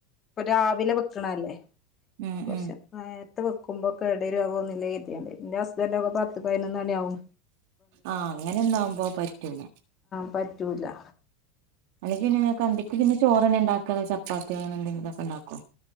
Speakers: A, on the left; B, on the right.
A: രാവിലെ വെക്ക്ണല്ലേ
B: ഉം
A: കുറച്ച്
B: ഉം
A: നേരത്തെവെക്കും ഉമ്പൊക്കെ എടേലാവോന്നില്യേ കര്ധ്യൊണ്ട് ന്റെ ഹസ്ബ ആന്റ ഒക്കെ പത്ത് പയിനൊന്നണിയാവും
B: ആഹ് അങ്ങനൊന്നാവുമ്പോ പറ്റൂല
A: പറ്റൂലാ
B: അല്ലങ്കിൽപിന്നെ ങ്ങക്ക് അന്തിക്ക് പിന്നെ ചോറെന്നേ ണ്ടാക്ക ക്കെ ചപ്പാത്തിയാണെങ്കിലും എന്തെങ്കിലുമൊക്കെ ഉണ്ടാകും